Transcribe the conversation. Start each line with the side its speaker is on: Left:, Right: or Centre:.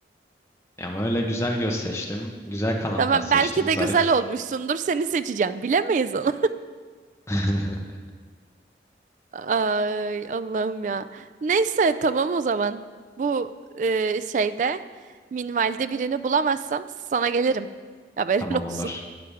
Left: Ama öyle güzel göz seçtim. Güzel kanatlar
Right: Tamam
Left: seçtim.
Right: belki de
Left: Zarif.
Right: güzel olmuşsundur. Seni seçeceğim. Bilemeyiz onu.
Left: <laughs>
Right: Ay Allah'ım ya. Neyse tamam o zaman. Bu e, şeyde minvalde birini bulamazsam sana gelirim. Haberin
Left: Tamam
Right: olsun.
Left: olur.